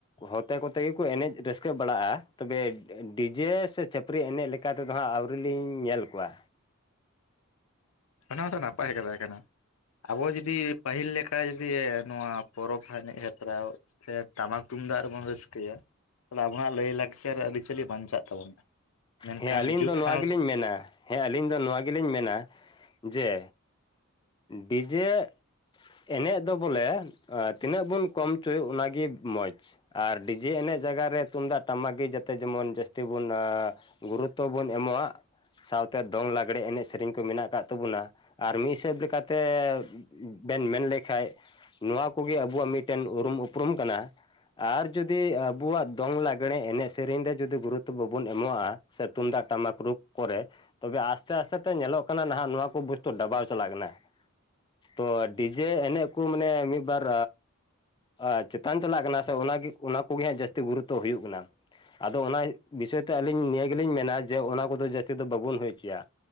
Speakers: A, on the left (about 20°); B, on the left (about 85°).
A: ᱦᱚᱛᱮ ᱠᱚᱛᱮ ᱜᱮᱠᱚ ᱮᱱᱮᱡ ᱨᱟᱹᱥᱠᱟᱹ ᱵᱟᱲᱟᱜᱼᱟ ᱛᱚᱵᱮ ᱰᱤᱡᱮ ᱥᱮ ᱪᱷᱟᱹᱯᱨᱤ ᱮᱱᱮᱡ ᱞᱮᱠᱟ ᱛᱮ ᱫᱚ ᱦᱟᱸᱜ ᱟᱹᱣᱨᱤᱞᱤᱧ ᱧᱮᱞ ᱠᱚᱣᱟ᱾
B: ᱚᱱᱟ ᱦᱚᱸᱛᱚ ᱱᱟᱯᱟᱭ ᱠᱟᱛᱷᱟ ᱠᱟᱱᱟ᱾ ᱟᱵᱚ ᱡᱩᱫᱤ ᱯᱟᱹᱦᱤᱞ ᱞᱮᱠᱟ ᱡᱩᱫᱤ ᱱᱚᱣᱟ ᱯᱚᱨᱚᱵᱽ ᱮᱱᱮᱡ ᱦᱮᱯᱨᱟᱣ ᱥᱮ ᱴᱟᱢᱟᱠ ᱛᱩᱢᱫᱟᱜ ᱨᱮᱵᱚᱱ ᱨᱟᱹᱥᱠᱟᱹᱭᱟ ᱛᱟᱦᱞᱮ ᱟᱵᱚᱱᱟᱜ ᱞᱟᱹᱭᱼᱞᱟᱠᱪᱟᱨ ᱟᱹᱨᱤᱪᱟᱹᱞᱤ ᱵᱟᱧᱪᱟᱜ ᱛᱟᱵᱚᱱᱟ᱾ ᱢᱮᱱᱠᱷᱟᱱ
A: ᱦᱮᱸ ᱟᱹᱞᱤᱧ
B: ᱡᱩᱜᱽ
A: ᱫᱚ ᱱᱚᱣᱟ
B: ᱥᱟᱶ
A: ᱜᱮᱞᱤᱧ ᱢᱮᱱᱟ᱾ ᱦᱮᱸ ᱟᱹᱞᱤᱧ ᱫᱚ ᱱᱚᱣᱟ ᱜᱮᱞᱤᱧ ᱢᱮᱱᱟ ᱡᱮ ᱰᱤᱡᱮ ᱮᱱᱮᱡ ᱫᱚ ᱵᱚᱞᱮ ᱛᱤᱱᱟᱹᱜ ᱵᱚᱱ ᱠᱚᱢ ᱦᱚᱪᱚᱭ ᱚᱱᱟᱜᱮ ᱢᱚᱸᱡᱽ᱾ ᱟᱨ ᱰᱤ ᱡᱮ ᱮᱱᱮᱡ ᱡᱟᱭᱜᱟᱨ ᱨᱮ ᱛᱩᱢᱫᱟᱜ ᱴᱟᱢᱟᱠᱜᱮ ᱡᱟᱛᱮ ᱡᱮᱢᱚᱱ ᱡᱟᱹᱥᱛᱤ ᱵᱚᱱ ᱟ, ᱜᱩᱨᱩᱛᱚ ᱵᱚᱱ ᱮᱢᱚᱜᱼᱟ᱾ ᱥᱟᱶᱛᱮ ᱫᱚᱝ ᱞᱟᱜᱽᱲᱮ ᱮᱱᱮᱡ ᱥᱮᱨᱮᱧ ᱠᱚ ᱢᱮᱱᱟᱜ ᱠᱟᱫ ᱛᱟᱵᱚᱱᱟ, ᱟᱨ ᱢᱤᱫ ᱦᱤᱥᱟᱹᱵᱽ ᱞᱮᱠᱟᱛᱮ ᱵᱮᱱ ᱢᱮᱱ ᱞᱮᱠᱷᱟᱡ ᱱᱚᱣᱟ ᱠᱚ ᱜᱮ ᱟᱵᱚᱣᱟᱼᱜ ᱢᱤᱫᱴᱮᱱ ᱩᱨᱩᱢ ᱩᱯᱨᱩᱢ ᱠᱟᱱᱟ᱾ ᱟᱨ ᱡᱩᱫᱤ ᱟᱵᱚᱣᱟᱜ ᱫᱚᱝ ᱞᱟᱜᱽᱲᱮ ᱮᱱᱮᱡ ᱥᱮᱨᱮᱧ ᱨᱮ ᱡᱩᱫᱤ ᱜᱩᱨᱩᱛᱚ ᱵᱟᱵᱚᱱ ᱮᱢᱚᱜᱼᱟ᱾ ᱥᱮ ᱛᱩᱢᱫᱟᱜ ᱴᱟᱢᱟᱠ ᱨᱩ ᱠᱚᱨᱮ ᱛᱚᱵᱮ ᱟᱥᱛᱮ ᱟᱥᱛᱮ ᱛᱮ ᱧᱮᱞᱚᱜ ᱠᱟᱱᱟ ᱱᱟᱦᱟᱜ, ᱱᱚᱣᱟ ᱠᱚ ᱵᱚᱥᱛᱩ ᱰᱟᱵᱟᱣ ᱪᱟᱞᱟᱜ ᱠᱟᱱᱟ᱾ ᱛᱚ ᱰᱤᱡᱮ ᱮᱱᱮᱡ ᱠᱚ ᱢᱟᱱᱮ ᱢᱤᱫ ᱵᱟᱨ ᱟ ᱪᱮᱛᱟᱱ ᱪᱟᱞᱟᱜ ᱠᱟᱱᱟ ᱥᱮ ᱚᱱᱟ ᱜᱤ ᱚᱱᱟ ᱠᱚᱜᱮ ᱦᱟᱸᱜ ᱡᱟᱹᱥᱛᱤ ᱜᱩᱨᱩᱛᱚ ᱦᱩᱭᱩᱜ ᱠᱟᱱᱟ᱾ ᱟᱫᱚ ᱚᱱᱟ ᱵᱤᱥᱚᱭ ᱛᱮ ᱟᱹᱞᱤᱧ ᱱᱤᱭᱟᱹ ᱜᱮᱞᱤᱧ ᱢᱮᱱᱟ, ᱡᱮ ᱚᱱᱟ ᱠᱚᱫᱚ ᱡᱟᱹᱥᱛᱤ ᱫᱚ ᱵᱟᱵᱚᱱ ᱦᱩᱭ ᱦᱚᱪᱚᱭᱟ᱾